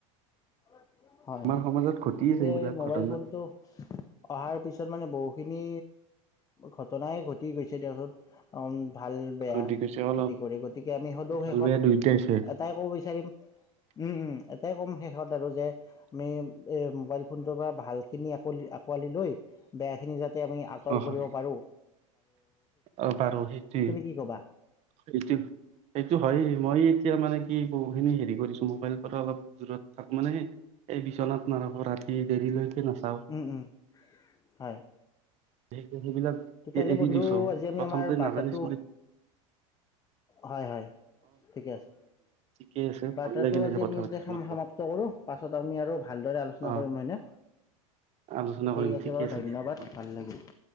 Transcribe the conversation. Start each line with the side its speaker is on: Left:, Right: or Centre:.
Left: <unintelligible> হয়
Right: আমাৰ সমাজত ঘটি
Left: গতিকে
Right: আছে এইবিলাক
Left: এই মোবাইল
Right: ঘটনা
Left: ফোনটো অহাৰ পিছত- তাৰ মানে বহুখিনি ঘটনাই ঘটি গৈছে তাৰপাছত অম ভাল বেয়া
Right: ঘটি গৈছে অলপ
Left: আদি কৰি গতিকে আমি সদৌ
Right: ভাল
Left: শেষত
Right: বেয়া দুয়োটাই আছে
Left: এটাই ক'ব বিচাৰিম উম উম। এটাই কম শেষত- আৰু যে আমি এই মোবাইল ফোনটোৰ পৰা ভালখিনি আ আঁকোৱালি লৈ বেয়াখিনি যা আমি আঁতৰ
Right: অ
Left: কৰিব
Right: হয়
Left: পাৰো।
Right: অ বাৰু সেইটোৱে
Left: কি ক'বা?
Right: সেটো সেইটো হয় মই এতিয়া মানে কি <unintelligible> খিনি হেৰি কৰিছোঁ মোবাইলৰ পৰা অলপ দৰত থাকো মানে এই বিচনাত নাৰাখোঁ। ৰাতি দেৰিলৈকে নাচাওঁ।
Left: উম, উম, হয়।
Right: <unintelligible> সেইবিলাক
Left: তেতিয়াহ'লে
Right: এৰি
Left: বন্ধু
Right: দিছো
Left: আজি আমি
Right: প্ৰথমতে
Left: আমাৰ বাৰ্তাটো
Right: নাজানিছিলো
Left: হয় হয়। ঠিকে আছে,
Right: ঠিকে আছে
Left: বাৰ্তাটো
Right: ভাল লাগিলে
Left: আজি
Right: যে কথা
Left: আমি এইয়াতে
Right: পাতি তোমাৰ লগত
Left: সমাপ্ত কৰো। পাছত আমি আৰু ভালদৰে আলোচনা
Right: অ
Left: কৰিম নহয়নে।
Right: আলোচনা
Left: ঠিক
Right: কৰিম
Left: আছে
Right: ঠিকে
Left: বাৰু ধন্যবাদ
Right: দিয়া হ'ব
Left: ভাল লাগিল।